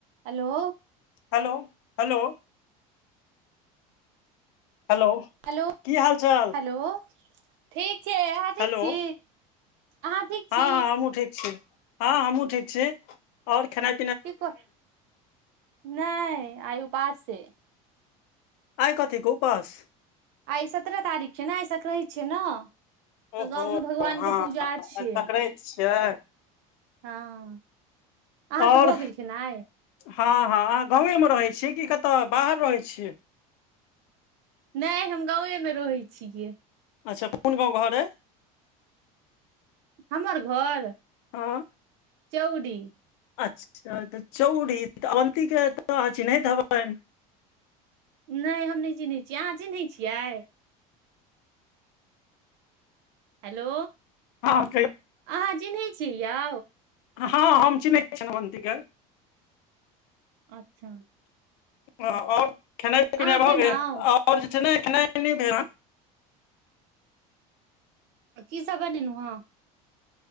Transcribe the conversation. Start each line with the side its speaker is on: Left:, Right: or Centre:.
Right: Hello
Left: hello- hello hello
Right: hello
Left: की हाल चाल
Right: -हलो ठीक छैै, आहाँ थीक
Left: हेलो
Right: छी! अहाँ ठीक छी
Left: हँ -हँ हमहूँ ठीक छी, हँ हमहुँ ठीक छी, ओर खेनाई
Right: की कह नैह आय उपास छै।
Left: आइ कथि के उपास
Right: आइ सत्रह तारीख छै ने आइ सक्रैत छै न। तऽ
Left: ओहो
Right: गाँवमे भगवान
Left: हँ
Right: के पूजा छियै।
Left: आइ सकराइत छियै
Right: हँ अहाँके
Left: आओर
Right: भऽ गेल खेनाई
Left: हँ- हँ अहाँ गाँवेमे रहै छियै कि कतय बाहर रहै छियै।
Right: नहि हम गांवेमे रहै छिये।
Left: अच्छा कोन गांव घर अय
Right: हमर घोर
Left: आँ
Right: चौड़ी
Left: अच्छा -अच्छा तऽ चौरी तऽ अन्तिके तऽ अहाँ चिन्हैत हेबनि
Right: नैय हम नइ चिन्है छियै अहाँ चिन्है छियै। हेलो
Left: हँ कयो
Right: अहाँ चिन्है छिअइ यौ?
Left: हँ हम चिनहै छिअनि अवन्ती के।
Right: अच्छा।
Left: आओर, आओर खेनाइ
Right: अहाँ
Left: पिनाइ भ
Right: खेलौं
Left: गेल? आओर जे छै ने खेनाइ त नै भेल हन?
Right: की सब बनेलौं हँ?